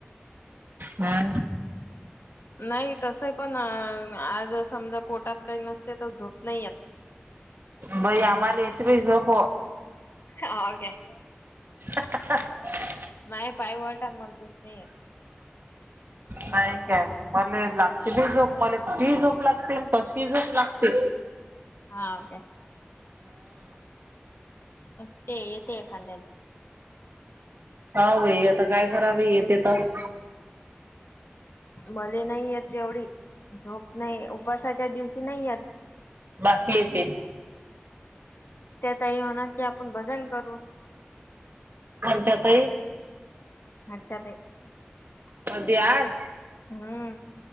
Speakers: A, on the right (about 60°); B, on the left (about 65°).
A: हां
B: नाही तस पण आज समजा पोटात काही नसते तर झोप नाही येत.
A: बई आम्हाला येते बाई झोप.
B: हो काय.
A: <inaudible>
B: माये पाय वर <unintelligible> मला झोप नाही येत.
A: नाही काय मला लागते बाई झोप मला कुठेही झोप लागते. तशी झोप लागते
B: हा काय असते येते एखांद्याला
A: हव बाई आता काय कराव बाई येते तर.
B: मले नाही येत तेवढी झोप नाही उपसाच्या दिवशी नाही येत.
A: बाकी येते.
B: त्यातही होणार की आपण भजन करू.
A: त्यांच्यातही
B: अच्छा ते
A: कधी आज?
B: हम्म